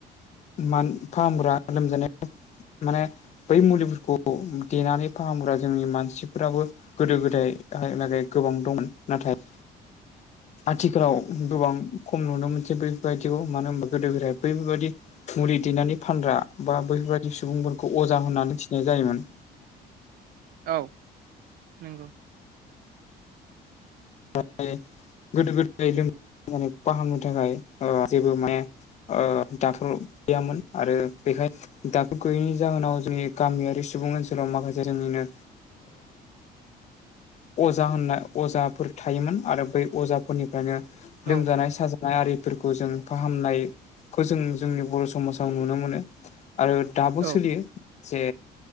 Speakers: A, on the left; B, on the right.
A: मान फाहामग्रा लोमजानाय माने बै मुलिफोरखौ देनानै फाहामग्रा जोंनि मानसिफोराबो गोदो गोदाय हालागै गोबां दंमोन नाथाय आथिखालाव गोबां खम नुनो मोनसै बैफोरबायदिखौ मानो होनबा गोदो गोदाय बैफोरबायदि मुलि दैनानै फानग्रा बा बैफोरबाददि सुबुंफोरखौ अजा होननानै मिथिनाय जायोमोन।
B: औ नंगौ।
A: माने गोदो गोदाय लोमजानायखौ फाहामनो थाखाय ओ जेबो माने ओ दाखथर गैयामोन आरो बेखाय दाथर' गैयैनि जाहोनाव जोंनि गामियारि सुबुं ओनसोलाव माखासे जोंनिनो ओ अजा होननाय अजा फोर थायोमोन आरो बै अजाफोरनिफ्रायनो
B: औ
A: लोमजानाय साजानाय आरिफोरखौ जों फाहामनायखौ जों जोंनि बर' समाजाव नुनो मोनो आरो दाबो
B: औ
A: सोलियो जे